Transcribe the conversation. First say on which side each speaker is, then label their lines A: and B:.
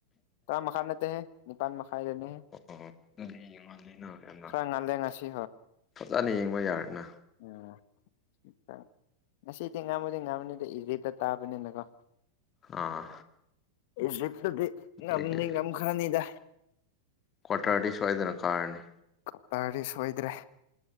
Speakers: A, on the left (about 50°); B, on the left (about 25°).
A: ꯀꯔꯥ ꯃ ꯃꯈꯥꯟ ꯂꯩꯦ ꯍ ꯅꯤꯄꯥꯥꯟ ꯃ ꯃꯈꯥ ꯂꯩꯅꯦ꯫
B: ꯑꯣ ꯑꯣ ꯑꯗꯨꯗꯤ ꯌꯦꯡꯉꯛꯑꯅꯤꯅ ꯌꯥꯝꯅ
A: ꯈꯔ ꯉꯜꯂꯦ ꯉꯁꯤ
B: ꯐꯖꯅ ꯌꯦꯡꯕ ꯌꯥꯔꯦꯅ
A: ꯎꯥ ꯉꯁꯤꯗꯤ ꯉꯥꯡꯝꯃꯨꯗꯤ ꯉꯥꯡꯃꯨꯅꯤꯗ ꯏꯖꯦꯗ ꯇꯥꯕꯅꯤꯅꯀꯣ
B: ꯑꯥ
A: ꯏꯖꯤꯖꯤꯛꯇꯗꯤ
B: ꯑꯗꯒꯤ
A: ꯉꯝꯅꯤ ꯉꯝꯈ꯭ꯔꯅꯤꯗ
B: ꯀ꯭ꯋꯥꯇꯥꯔꯥꯗꯤ ꯁ꯭ꯋꯥꯗꯅ ꯀꯥꯔꯅꯤ꯫
A: ꯀꯇꯥꯔꯗꯤ ꯁꯣꯏꯗ꯭ꯔꯦ꯫